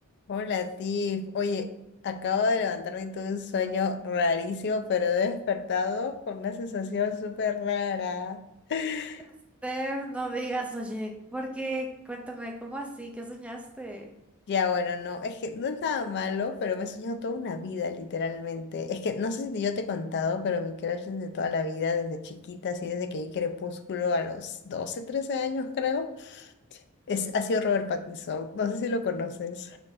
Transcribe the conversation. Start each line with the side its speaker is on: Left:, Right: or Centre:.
Left: Hola, Tiff. Oye, acabo de levantarme y tuve un sueño rarísimo, pero he despertado con una sensación súper rara. <laughs>
Centre: Steph, no digas, oye, porque cuéntame, ¿cómo así? ¿Qué soñaste?
Left: Ya, bueno, no, es que no es nada malo, pero me he soñado toda una vida, literalmente. Es que no sé si yo te he contado, pero mi crush es de toda la vida, desde chiquita, así desde que vi Crepúsculo a los 12, 13 años, creo, es, ha sido Robert Pattinson. No sé si lo conoces.